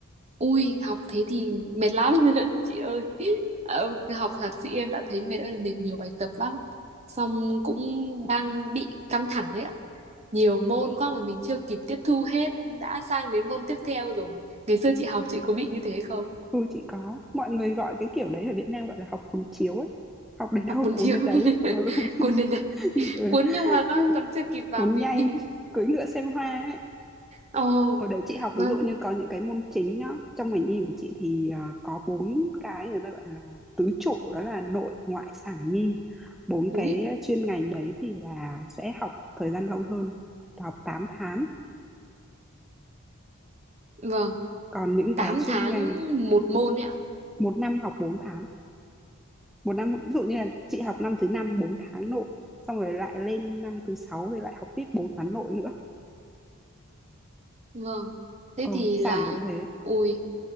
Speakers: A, on the right; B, in the centre.
A: Ui, học thế thì mệt lắm <laughs> chị ơi. Ờ, học thạc sĩ em đã thấy mệt ơi là mệt nhiều bài tập lắm. Xong cũng đang bị căng thẳng ấy ạ. Nhiều môn quá mà mình chưa kịp tiếp thu hết đã sang đến môn tiếp theo rồi. Ngày xưa chị học chị có bị như thế không?
B: Ừ chị có. Mọi người gọi cái kiểu đấy ở Việt Nam gọi là học cuốn chiếu ấy. Học đến đâu
A: Học cuốn
B: cuốn
A: chiếu.
B: đến đấy.
A: <laughs>
B: Ừ.
A: Cuốn đến đây.
B: <laughs>
A: Cuốn nhưng mà nó
B: ừ.
A: còn chưa kịp vào
B: Cuốn
A: mình.
B: nhanh,
A: <laughs>
B: <laughs> cưỡi ngựa xem hoa ấy.
A: Ồ,
B: Hồi đấy chị học
A: nó
B: ví dụ như có những cái môn chính nhá. Trong ngành y của chị thì ờ, có bốn cái người ta gọi là tứ trụ đó là nội ngoại sản nhi. Bốn
A: ui,
B: cái chuyên ngành đấy thì là sẽ học thời gian lâu hơn học tám tháng
A: vâng,
B: còn những
A: 8
B: cái chuyên
A: tháng
B: ngành
A: một môn ấy ạ.
B: một năm học bốn tháng một năm ví dụ như là chị học năm thứ năm 4 tháng nội xong rồi lại lên năm thứ sáu rồi lại học tiếp 4 tháng nội nữa
A: Vâng.
B: ờ,
A: Thế thì
B: sảng
A: là
B: cũng thế
A: ui